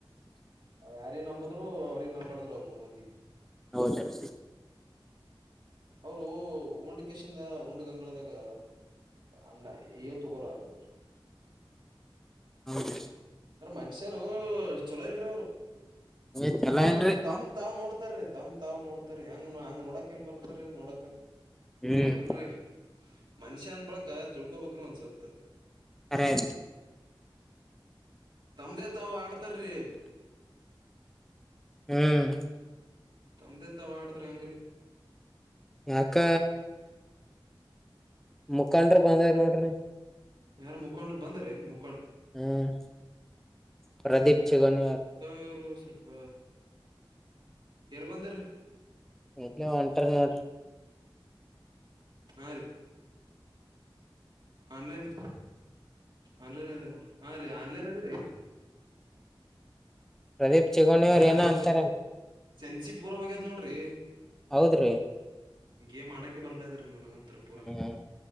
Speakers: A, on the right (about 60°); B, in the centre.
A: ಯಾರ ನಂಬುದ್ರು ಅವ್ರಿಗೆ ನಂಬಬಾರ್ದ್ರ ಅವ ಮೂ್ ಮಂದಿಗ್
B: ಹೌದರ
A: ಅವರು ಉಂಡಕೇಶಿಂದ ಉಂಡು ಗಂಗಳದಾಗ ಅಣ್ಣ ಇ ತಗರಾರರು
B: ಹೌದು
A: ಅ್ರ ಮನ್ಷ್ಯಾರ ಚೊಲೋ ಇಲ್ರಿ ಅವರು
B: ಏ ಚಲೋ ಇಲ್ರಿ
A: ಬಟ್ ತಮ್
B: ಹ್ಮ್
A: ತಾವ್ ನೋಡ್ತಾರೀ ತಮ್ ತಾವ್ ನೋಡ್ತಾರರಿ ಹೆಂಗ ಹಂಗ್ ನೋಡಕ್ ಹೆಂಗ ಬರ್ತಾರ ನೋಡಕ್
B: ಹ್ಮ್
A: ಹೌದಲ್ರರಿ ಮನ್ಷ್ಯ ಅಂದ ಬಳಕ ತಿಳ್ಕೋಬೇಕ್ರರು ಅನ್ಸತ್
B: ಪೇಂ
A: ತಮ್ದೇ ತಾಾವ ಆಡ್ತಾರೀ
B: ಹ್ಮ್
A: ತಮ್ಮ್ದೆತ್ತ ಆಡದ್ರ ಹೆಂಗರಿೀ
B: ಯಾಕ ಮುಖಂಡ್ರ ಬಂದ ನೋಡ್ರಿ
A: ಯಾರ ಮುಖಂಡ್ರರು ಬಂದ್ರ ಮು
B: ಹ್ಮ್ ಪ್ರದೀಪ್ ಚಗನವಾರ
A: ವರು ಸ್ವಲ್ಪ ಯಾರ್ ಬಂದಾರೀ
B: ಎಟ್ಲ ಒಂಟಾರ ನೋಡ
A: ಹಾ ರೀ ಆನ್ಲೈನ್ ಆನ್ಲೈನ್ ಅದ ನೋಡಿ ಹಾ ರೀ ಆನ್ಲೈನ್ ಅದೇ ರೀ
B: ಪ್ರದೀಪ್ ಚಿಗೋಣಿ
A: ಬರ
B: ಅವ್ರ ಏನ
A: ಅಲನ್
B: ಅಂತಾರ
A: ಬರ ಸೆನ್ಸಿ ಪೂರ ಹೋಗ್ಯದ ನೋಡ್ರಿ
B: ಹೌದ್ರಿ
A: ಗೇಮ್ ಆಡಕೆ ಬರ್ಲಾ ಇದ್ರೀ ನನ್ಗಂತರ ಪೂರ
B: ಹ್ಮ್